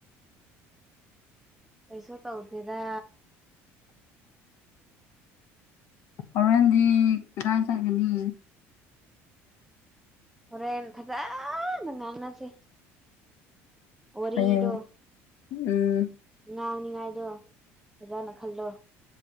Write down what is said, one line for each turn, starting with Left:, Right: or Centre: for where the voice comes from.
Centre: ꯀꯩꯁꯨ ꯇꯧꯗꯦꯗ
Left: ꯍꯧꯔꯦꯟꯗꯤ ꯀꯥꯏ ꯆꯒꯅꯤ
Centre: ꯍꯣꯔꯦꯟ ꯐꯖꯥꯅ ꯉꯥꯟꯅꯁꯦ ꯋꯔꯤꯗꯣ
Left: ꯍꯌꯦꯡ ꯎꯝ
Centre: ꯉꯥꯡꯅꯤꯉꯥꯏꯗꯣ ꯐꯖꯅ ꯈꯜꯂꯣ